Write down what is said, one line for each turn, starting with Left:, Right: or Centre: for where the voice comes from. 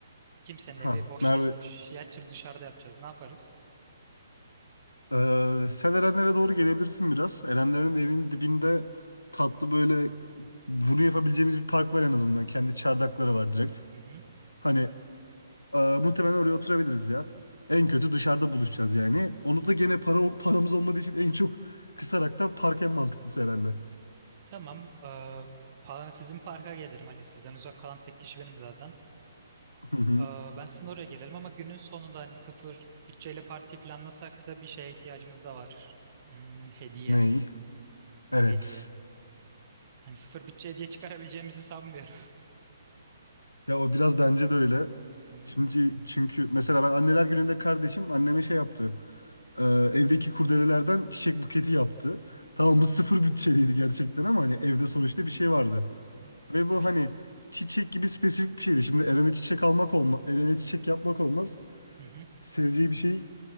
Right: Kimsenin
Left: Ha
Right: evi boş
Left: nerede?
Right: değilmiş. Her türlü dışarıda yapacağız. Ne yaparız?
Left: Ee, sen Erenlere doğru gelebilirsin biraz. Erenlerin evinin dibinde tatlı böyle bunu yapabileceğimiz bir park var en azından. Kendi çardakları var direkt.
Right: Hı hı.
Left: Hani e, muhtemelen oraya oturabiliriz ya. En kötü dışarıda buluşacağız yani. Onu
Right: Hı
Left: da gene
Right: hı.
Left: para paramız olmadığı için en çok kısaraktan park en mantıklısı herhalde.
Right: Tamam. Ee, pa- sizin parka gelirim. Hani sizden uzak kalan tek kişi benim zaten.
Left: Hı hı.
Right: Ee, ben sizin oraya gelelim ama günün sonunda hani sıfır bütçeyle parti planlasak da bir şeye ihtiyacımız da var. Hmm, hediye.
Left: Ney? Evet.
Right: Hediye. Hani sıfır bütçe hediye çıkarabileceğimizi sanmıyorum. <laughs>
Left: Ya o biraz bence de öyle.
Right: Hmm,
Left: Şimdi çünkü mesela ben anneler gününde kardeşim anneme şey yaptı. Ee, evdeki kurdelelerden çiçek buketi yaptı. Tamam
Right: Hı hı.
Left: bu sıfır bütçeliydi gerçekten ama hani evde sonuçta bir şey vardı.
Right: Hı hı.
Left: Ve bu
Right: E, bir-
Left: hani çiçek gibi spesifik bir şeydi. Şimdi Eren'e çiçek almak olmaz. Eren'e çiçek yapmak olmaz.
Right: Hı hı.
Left: Seveceği bir şey